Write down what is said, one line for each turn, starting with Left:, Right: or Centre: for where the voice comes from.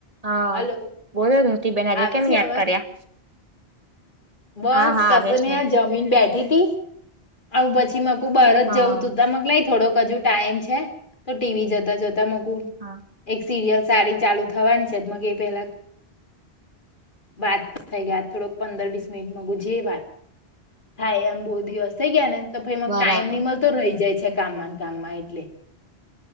Right: હા,
Left: હલો
Right: બોલો ધોતી બેન આજે
Left: આવે
Right: કેમ
Left: છે
Right: યાદ
Left: અવાજ?
Right: કર્યા?
Left: બસ
Right: હા હા
Left: કશું
Right: આવે છે
Left: નહીં આ જમીન બેઠી થી. આવું પછી મકુ બારજ
Right: હા
Left: જવું તું તો મક લાય થોડો કજુ ટાઈમ છે તો ટીવી જોતા જોતા મકું
Right: હા
Left: એક સિરિયસ સાડી ચાલુ થવાની છે મ કે એ પેલા વાતસ થઈ ગયા થોડોક પંદર વીસ મિનિટ માં જે વાત થાય એમ બહુ દિવસ થઈ ગયા ને તો ફરી
Right: બરાબર
Left: ટાઈમ ની મળતો રહી જાય છે કામમાં કામમાં એટલે